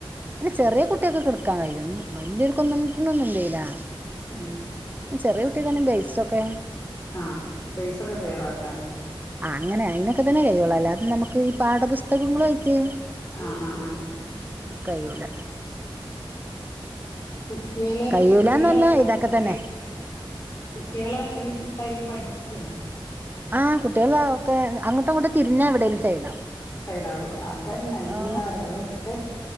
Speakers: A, on the right (about 20°); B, on the left (about 30°).
A: പിന്നെ ചെറിയ കുട്ട്യാക്കൊക്കെ ഇട്ക്കാൻ കയ്യും വല്യോര്ക്കൊന്നും <unintelligible>
B: ഉം
A: ചെറിയ കുട്ട്യാക്കെന്നെ <unintelligible> ഓക്കെ
B: ആ ബേസൊക്കെ ക്ലിയർ ആക്കാനോ
A: ആ അങ്ങനെ അതിനൊക്കെ തന്നെ ചെയ്യുള്ളൂ അല്ലാതെ നമുക്ക് ഈ പാഠപുസ്തകങ്ങളായിട്ട്
B: ആ ആ ആ
A: കഴിയൂല
B: കുട്ട്യാളെ
A: കഴിയൂലന്നല്ല
B: കുട്ട്യാളെ പഠിപ്പിക്ക
A: ഇതൊക്കെ തന്നെ
B: കുട്ട്യാളെ ഈ ടൈമിൽ പഠി ക്കോ
A: ആ് കുട്ട്യാള് താ ഒക്കെ അങ്ങോട്ടും ഇങ്ങട്ടും തിരിഞ്ഞാ എവിടേലും സൈഡാവും
B: സൈഡാവും അതെന്നെ എല്ലാരവസ്ഥ
A: ആഹ്